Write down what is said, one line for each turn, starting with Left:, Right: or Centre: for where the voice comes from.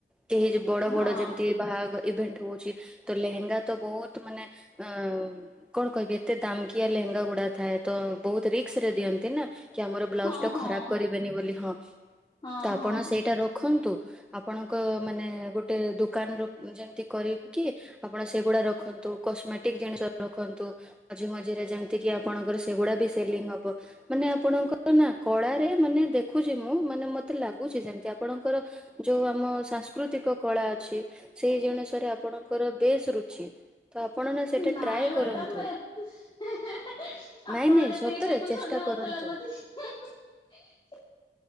Centre: କେହି ବଡ
Left: ହଁ
Centre: ବଡ ଯେମିତି, ବାହାଘ ଇଭେଣ୍ଟ ହଉଛି ତ ଲେହେଙ୍ଗା ତ ବହୁତ୍ ମାନେ ଅ କଣ କହିବେ ଏତେ ଦାମ୍ କିିଆ ଲହେଙ୍ଗା ଗୁଡା ଥାଏ ତ ବହୁତ୍ ରିକ୍ସ ରେ ଦିଅନ୍ତି ନା କି ଆମର ବ୍ଲାଉଜ୍
Left: ହଁ
Centre: ଟା
Left: ହଁ।
Centre: ଖରାପ କରି ବେନୀ ବୋଲି ହଁ
Left: ହଁ
Centre: ତ ଆପଣ
Left: ହଁ
Centre: ସେଇଟା ରଖନ୍ତୁ ଆପଣଙ୍କ ମାନେ ଗୋଟେ ଦୋକାନ ର ଯେମିତି କରିକି ଆପଣ ସେଗୁଡା ରଖନ୍ତୁ କସ୍ମେଟିକ୍ ଜିନିଷ ରଖନ୍ତୁ। ମଝି ମଝିରେ ଯେମିତି କିି ଆପଣଙ୍କର ସେଗୁଡା ବି ସେଲିଙ୍ଗ୍ ହବ ମାନେ ଆପଣଙ୍କ ନା କଳାରେ ମାନେ ଦେଖୁଛି ମୁଁ ମାନେ ମତେ ମୋତେ ଲାଗୁଛି ଯେମିତି ଆପଣଙ୍କର ଯୋଉ ଆମ ସାଂସ୍କୃତିକ କଳା ଅଛି। ସେଇ ଜିଣିଶ ରେ ଆପଣଙ୍କର ବେଶ୍ ରୁଚି। ତ ଆପଣ ନା ସେଇଟା
Left: ନାଇଁ
Centre: ଟ୍ରାଏ
Left: ମ୍ୟାଡାମ
Centre: କରନ୍ତୁ
Left: ଏତେ
Centre: ନାଇଁ
Left: ଆପଣ
Centre: ନାଇଁ
Left: ଯେତିକି
Centre: ସତରେ
Left: ଟେକୁଛନ୍ତି
Centre: ଚେଷ୍ଟା କରନ୍ତୁ
Left: ମତେ ତ ଲାଗୁଛି <inaudible>